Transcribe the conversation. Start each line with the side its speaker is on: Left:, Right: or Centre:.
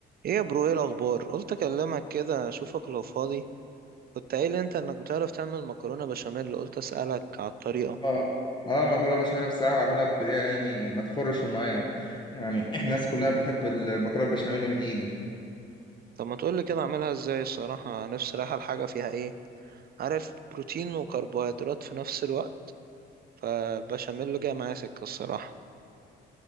Right: ايه يا برو ايه الاخبار قلت اكلمك كده اشوفك لو فاضي كنت قايل انت انك بتعرف تعمل مكرونه بشاميل قلت اسالك على الطريقه
Left: اه اه مكرونه بشاميل بصراحه بعملها بطريقه يعني ما تخرش الميه يعني <clears throat> الناس كلها بتحب المكرونه بشاميل من ايدي
Right: طب ما تقولي كده اعملها ازاي الصراحه نفسي رايحه الحاجه فيها ايه عارف بروتين وكربوهيدرات في نفس الوقت فالبشاميل جاي معايا سكه الصراحه